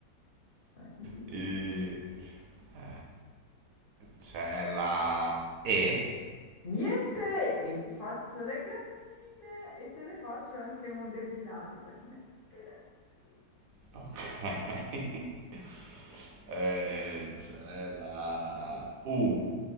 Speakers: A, on the left; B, on the right.
A: un ditino.
B: I- eh, c'è la E,
A: Niente! E ti faccio le gambine e te le faccio anche non depilate. Qua ci metti i peletti.
B: ok. <laughs> Eh, c'è la U.